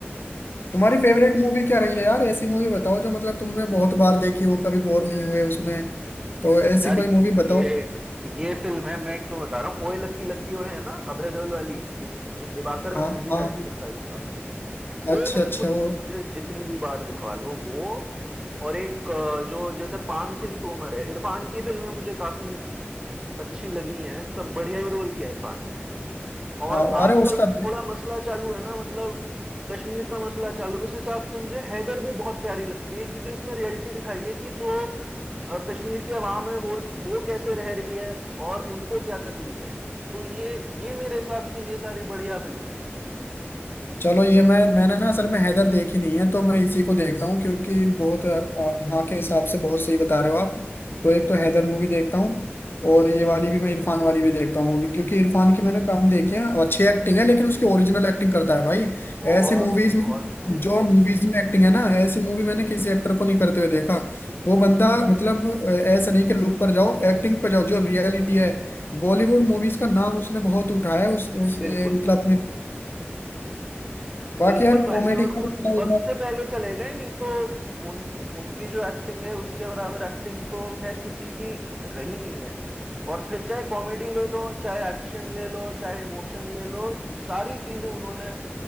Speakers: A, on the left; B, on the right.
A: तुम्हारी फेवरेट मूवी क्या रही है यार ऐसी मूवी बताओ जो मतलब तुमने बहुत बार देखी हो कभी बोर नहीं हुए उसमें तो ऐसी
B: यार
A: कोई मूवी बताओ
B: ये ये फिल्म है मैं एक तो बता रहा हूँ ओए लक्की लक्की ओए है ना अभय देओल वाली जिसमें जो दिवाकर बनर्जी
A: हाँ हाँ
B: डायरेक्टर
A: हाँ।
B: था इसका वो
A: अच्छा
B: फिल्म
A: अच्छा
B: मुझ,
A: वो
B: मुझे जितनी भी बार दिखवा लो वो और एक अ, जो जैसे पान सिंह तोमर है इरफान की फिल्में मुझे काफी अच्छी लगी हैं सब बढ़िया ही रोल किया इरफान ने और
A: हाँ
B: आजकल
A: अरे उसका
B: जो थोड़ा मसला चालू है ना मतलब कश्मीर का मसला चालू उस हिसाब से मुझे हैदर भी बहुत प्यारी लगती है क्योंकि उसमें रियलिटी दिखाई है कि जो अ, कश्मीर की आवाम है वो वो कैसे रह रही है और उनको क्या तकलीफें हैं तो ये ये मेरे हिसाब से ये सारी बढ़िया फिल्में हैं
A: चलो ये मैं मैंने ना असल में हैदर देखी नहीं है तो मैं इसी को देखता हूँ क्योंकि बहुत अ, यहाँ के हिसाब से बहुत सही बता रहे हो आप तो एक तो हैदर मूवी देखता हूँ और ये वाली भी मैं इरफान वाली भी देखता हूँ मूवी क्योंकि इरफान की मैंने कम देखी है अच्छी एक्टिंग है लेकिन उसकी ओरिजिनल एक्टिंग करता है भाई
B: बहुत
A: ऐसी मूवीज में
B: बहुत भाई
A: जो मूवीज में एक्टिंग है ना ऐसी मूवी मैंने किसी एक्टर को नहीं करते हुए देखा वो बंदा मतलब अ, ऐसा नहीं कि लुक पर जाओ एक्टिंग पर जाओ जो रियलिटी है बॉलीवुड मूवीज का नाम उसने बहुत उठाया है उस, उस अ,
B: बिल्कुल
A: मतलब अपने बाकी
B: बिल्कुल
A: यार
B: भाई
A: कॉमेडी
B: और
A: का
B: वो
A: तो पता ही
B: वक्त
A: है।
B: से पहले चले गए नहीं तो उन उनकी जो एक्टिंग है उसके बराबर एक्टिंग तो खैर किसी की रही नहीं है और फिर चाहे कॉमेडी ले लो चाहे एक्शन ले लो चाहे इमोशन ले लो सारी चीजें उन्होंने